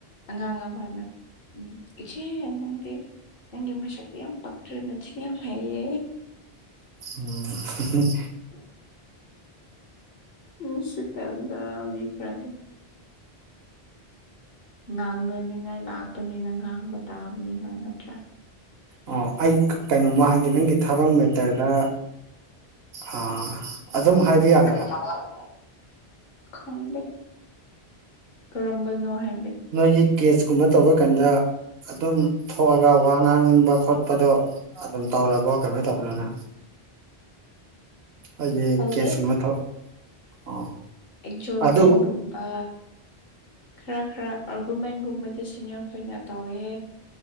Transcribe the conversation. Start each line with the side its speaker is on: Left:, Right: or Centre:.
Left: ꯑꯉꯥꯡ ꯑꯃꯅ ꯎꯝ ꯏꯆꯦ ꯅꯪꯗꯤ ꯅꯪꯒꯤ ꯃꯁꯛꯇꯤ ꯌꯥꯝ ꯄꯛꯇ꯭ꯔꯦ ꯅꯆꯤꯟ ꯌꯥꯝ ꯍꯩꯌꯦ
Right: ꯎꯝ
Left: ꯒ ꯎꯝ ꯁꯤꯠꯇꯕꯗ ꯃꯤ ꯈꯔꯗꯤ ꯉꯥꯡꯅꯅꯤꯡꯉꯥꯏ ꯂꯥꯛꯄꯅꯤꯅ ꯉꯥꯡꯕ ꯇꯥꯕꯅꯤꯅ ꯅꯠꯇ꯭ꯔꯥ
Right: ꯑꯣ ꯑꯩ ꯀꯩꯅꯣꯃꯥ ꯍꯥꯏꯒꯦ ꯅꯪꯒꯤ ꯊꯕꯛ ꯃꯦꯇꯔꯗ ꯑꯥ ꯑꯗꯨꯝ ꯍꯥꯏꯕꯤ ꯌꯥꯒ
Left: ꯍꯤ ꯈꯪꯗꯦ ꯀꯔꯝꯕꯅꯣ ꯍꯥꯏ
Right: ꯅꯣꯏꯒꯤ ꯀꯦꯁꯀꯨꯝꯕ ꯇꯧꯕ ꯀꯥꯟꯗ ꯑꯗꯨꯝ ꯊꯣꯛꯑꯒ ꯋꯥ ꯉꯥꯡꯕ ꯈꯣꯠꯄꯗꯣ ꯑꯗꯨꯝ ꯇꯥꯎꯔꯕꯣ ꯀꯃꯥꯏ ꯇꯧꯕꯅꯣ ꯅꯪ ꯑꯩꯈꯣꯏꯒꯤ
Left: ꯇꯧꯗꯦ
Right: ꯀꯦꯁꯀꯨꯝꯕ ꯊꯣꯛ ꯑꯣ
Left: ꯑꯦ ꯖꯣꯔꯃꯦꯟꯒꯨꯝꯕ
Right: ꯑꯗꯨ
Left: ꯈꯔ ꯈꯔ ꯑꯥꯔꯒꯨꯃꯦꯟꯒꯨꯝꯕꯗꯤ ꯁꯤꯅꯤꯌꯔ ꯈꯣꯏꯅ ꯇꯧꯋꯦ